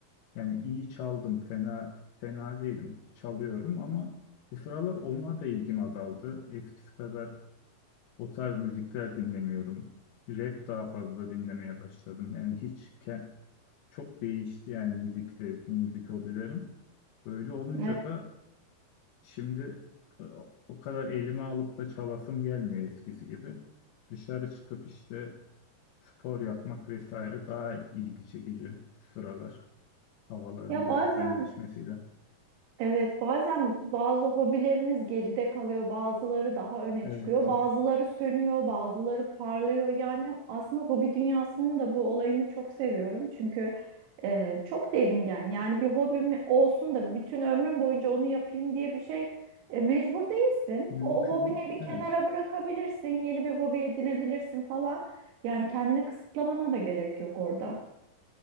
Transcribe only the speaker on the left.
yani iyi çaldım, fena fena değilim. Çalıyorum ama bu sıralar ona da ilgim azaldı. Eskisi kadar o tarz müzikler dinlemiyorum. Rap daha fazla dinlemeye başladım. Yani hiç ke- çok değişti yani müzik zevkim, müzik hobilerim. Böyle olunca
da şimdi e, o kadar elime alıp da çalasım gelmiyor eskisi gibi. Dışarı çıkıp işte spor yapmak vesaire daha ilgi çekici şu sıralar havaların
da
güzelleşmesiyle.
Evet,
evet.
mümkün.
Evet,